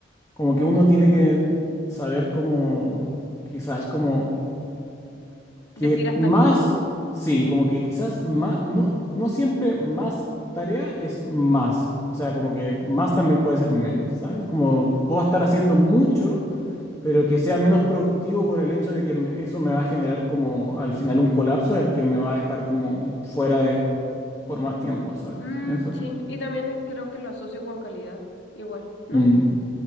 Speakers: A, on the left; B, on the left.
A: como que uno tiene que saber cómo, quizás como que
B: decir hasta
A: más,
B: aquí.
A: sí, como que quizás más, no, no siempre más tarea es más. O sea, como que más también puede ser menos, ¿sabes? Como puedo estar haciendo mucho, pero que sea menos productivo por el hecho de que me- eso me va a generar como al final un colapso del que me va a dejar como fuera de por más tiempo, ¿sabes?
B: Mm,
A: Eso.
B: sí, y también eh, creo que lo asocio con calidad, igual, ¿no?
A: Mm,